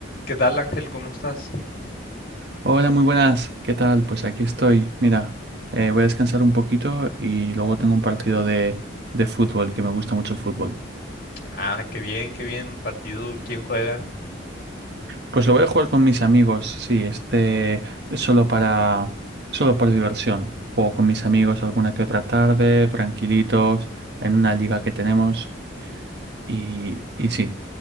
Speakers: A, on the left (about 50°); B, on the right (about 55°).
A: ¿Qué tal, Ángel? ¿Cómo estás?
B: Hola, muy buenas. ¿Qué tal? Pues aquí estoy. Mira, eh, voy a descansar un poquito y luego tengo un partido de, de fútbol, que me gusta mucho el fútbol.
A: Ah, qué bien, qué bien. Partido, ¿quién juega?
B: Pues lo voy a jugar con mis amigos, sí, este solo para, solo por diversión. Juego con mis amigos alguna que otra tarde, tranquilitos, en una liga que tenemos. Y, y sí,